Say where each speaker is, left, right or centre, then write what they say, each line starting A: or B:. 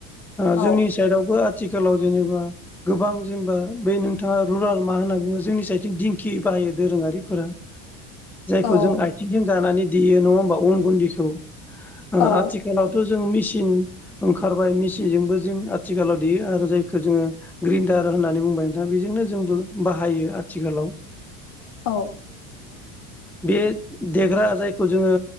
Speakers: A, in the centre; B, on the left (about 50°).
A: ओ
B: औ
A: जोंनि सायेदावबो थिखालाव जेनेबा गोबां जेनबा बै नोंथाङा रुलार मा होनना बुङो जोंनि साइडथिं दिंखि बा यो दोरोङारिफोरा जायखौ
B: औ
A: जों आयथिंजों गानानै देयो नङा होमबा अन गुन्दैखौ ओ
B: औ
A: आथिखालावथो जों मिचिन ओंखारबाय मिचजोंबो जों आथिखालाव देयो आरो जायखो जोङो ग्रिन्डार होनानै बुंबाय नोंथाङा बेजोंनो जोंबो बाहायो आथिखालाव
B: औ
A: बे देग्रा जायखौ जोङो